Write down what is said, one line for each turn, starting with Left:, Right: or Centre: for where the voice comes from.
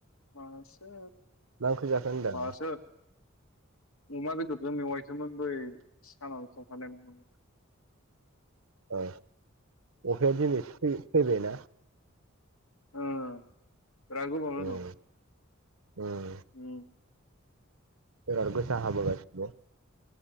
Left: मासो
Right: मा ओंख्रि जाखो होनदां
Left: मासो अमा बेदरजों मेवायसोमोन बै सानाव संफानायमोन।
Right: औ अखाया दिनैसो फै-फैबायना?
Left: ओ बिराद गोबावनि उनाव।
Right: उम उम।
Left: उम।
Right: एबार गोसा हाबोलायसिगोन।